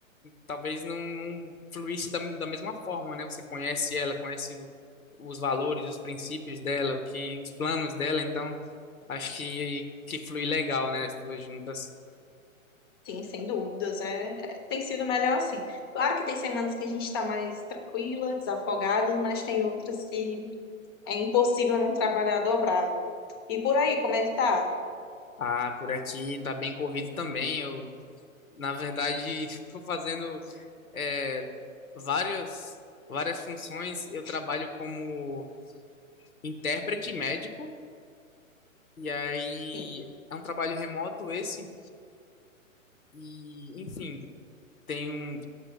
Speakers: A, on the left; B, on the left.
A: talvez não, não fluísse da, da mesma forma, né? Você conhece ela, conhece o- os valores, os princípios dela, o que, os planos dela, então acho que, que flui legal, né? As duas juntas.
B: Sim, sem dúvidas, é, é- tem sido melhor assim. Claro que tem semanas que a gente está mais tranquila, desafogada, mas tem outras que é impossível não trabalhar dobrado. E por aí, como é que tá?
A: Ah, por aqui tá bem corrido também. Eu, na verdade, <laughs> tô fazendo é, várias, várias funções. Eu trabalho como intérprete médico, e aí
B: Sim.
A: é um trabalho remoto esse, e enfim. Tenho